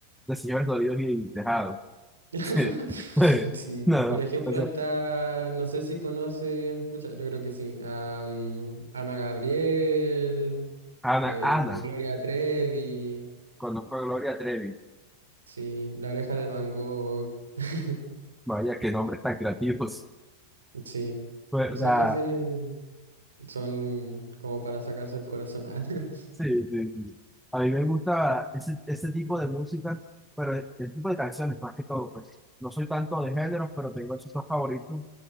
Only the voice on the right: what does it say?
<laughs>
Sí,
por
ejemplo
está, no sé si conoces, pucha, yo creo que sí, a, mm, Ana Gabriel,
eh,
Gloria Trevi,
sí, La Oreja de Van Gogh, <laughs>
sí,
esas
canciones son como para sacarse el corazón. <laughs>